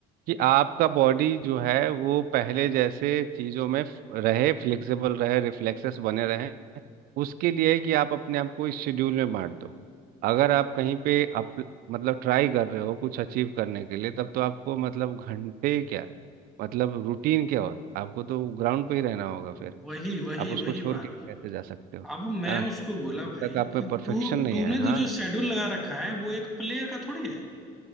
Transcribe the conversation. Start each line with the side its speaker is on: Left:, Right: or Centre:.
Right: कि आपका बॉडी जो है वो पहले जैसे चीजों में फ- रहे फ्लेक्सिबल रहे रिफ्लेक्सेस बने रहे उसके लिए है कि आप अपने आप को इस शेड्यूल में बांट दो अगर आप कहीं पे अप, मतलब ट्राई कर रहे हो कुछ अचीव करने के लिए तब तो आपको मतलब घंटे क्या मतलब रूटीन क्या हो आपको तो ग्राउंड पे ही रहना होगा फिर
Centre: वही वही
Right: आप उसको
Centre: वही
Right: छोड़
Centre: बात
Right: के कैसे जा सकते हो
Centre: अब मैं
Right: है ना
Centre: उसको बोला
Right: जब
Centre: भाई
Right: तक आप में
Centre: कि
Right: परफेक्शन
Centre: तू
Right: नहीं
Centre: तूने
Right: आए हाँ
Centre: तो जो शेड्यूल लगा रखा है वो एक प्लेयर का थोड़ी है